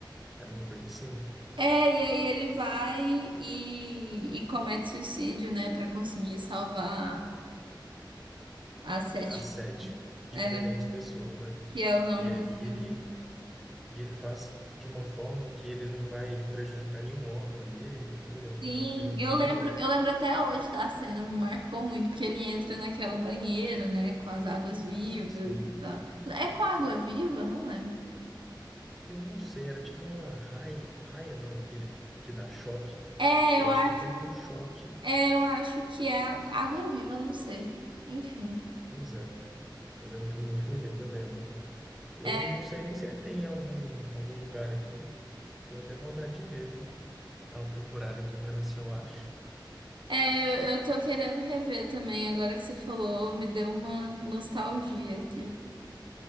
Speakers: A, in the centre; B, on the right.
A: Era uma coisa assim,
B: É, e aí ele vai e, e comete suicídio, né, pra conseguir salvar. As sete
A: as sete diferentes
B: é,
A: pessoas, né?
B: que é o nome
A: E aí
B: do filme.
A: ele e ele faz de uma forma que ele não vai prejudicar nenhum órgão dele, e tudo. É um,
B: Sim,
A: é um filme muito,
B: eu lembro, eu lembro até hoje da cena, me marcou muito, porque ele entra naquela banheira, né, com as águas vivas
A: assim,
B: e tal. É com água viva? Não lembro.
A: que eu não sei, era tipo uma raia, raia não, aquele que dá choque.
B: É,
A: Eu
B: eu acho,
A: acho que ele toma um choque.
B: é, eu acho que é água viva, não sei. Enfim.
A: Pois é, mas era um filme muito bonito, eu lembro. Eu
B: É,
A: não sei nem se ele tem algum algum lugar aqui. Deu até vontade de ver, viu? dar uma procurada aqui para ver se eu acho.
B: é, eu, eu tô querendo rever também, agora que você falou, me deu uma nostalgia aqui.